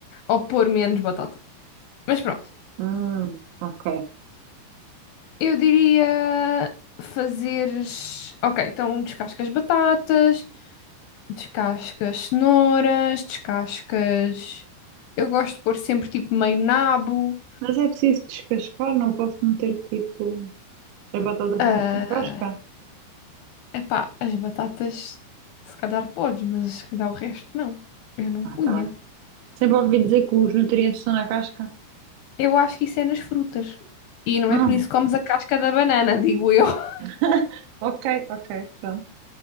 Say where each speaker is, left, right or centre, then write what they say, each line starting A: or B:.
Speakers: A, on the left; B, on the right.
A: Ou pôr menos batata. Mas pronto,
B: Hum, ok.
A: eu diria fazeres. Ok, então descascas batatas, descascas cenouras, descascas. Eu gosto de pôr sempre tipo meio nabo.
B: Mas é preciso descascar, não posso meter tipo as batatas
A: ah,
B: sem- com casca?
A: Epá, as batatas se calhar podes, mas se calhar o resto não. Eu não
B: Ah,
A: punha.
B: tá bem. Sempre ouvi dizer que os nutrientes estão na casca.
A: Eu acho que isso é nas frutas. E não
B: Hum.
A: é por isso que comes a casca da banana, digo eu. <laughs>
B: <laughs> Ok, ok, pronto.